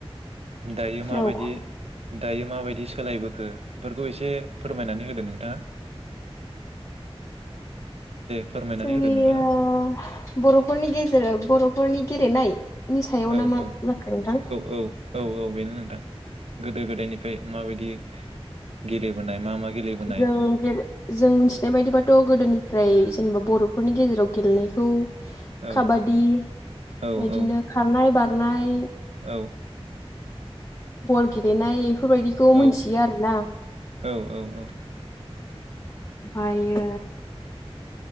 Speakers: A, on the right; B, on the left.
A: दायो माबायदि
B: औ
A: दायो माबायदि बिदि सोलायबो खो बेफोरखौ एसे फोरमायनानै होदो नोंथाङा? <inaudible> फोरमायनानै
B: जोंनि
A: होदो नोंथाङा
B: ओ बर'फोरनि गेजेराव बर'फोरनि गेलेनाय नि सायाव
A: औ
B: ना मा
A: औ
B: जाखो नोंथां
A: औ औ औ औ बेनो नों थां गोदो गोदायनिफ्राय माबायदि गेलेबोनाय मा मा गेलेबोनाय
B: जों गे- जों मिथिनाय बायदिबाथ' गोदोनिफ्राय जेनेबा बर'फोरनि गेजेराव गेलेनायखौ
A: औ
B: खाबादि
A: औ
B: इदिनो
A: औ
B: खारनाय, बारनाय
A: औ
B: बल गेलेनाय फोरबायदिखौ
A: औ
B: मिथियो आरोना
A: औ औ
B: फायो